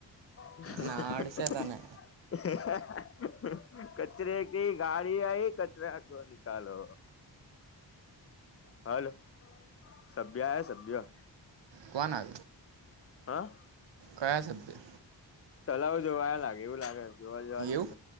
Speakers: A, on the left; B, on the right.
A: <unintelligible>
B: નાડશે તને
A: કચરે ક ગાડી આઈ કચરા કો નિકાલો હાલ સભ્ય એ સભ્ય
B: કવાના
A: હા
B: કયા સભ્ય
A: તલાવ જોવાયા લાગે એવું લાગે જોવા જોવાનું
B: એવું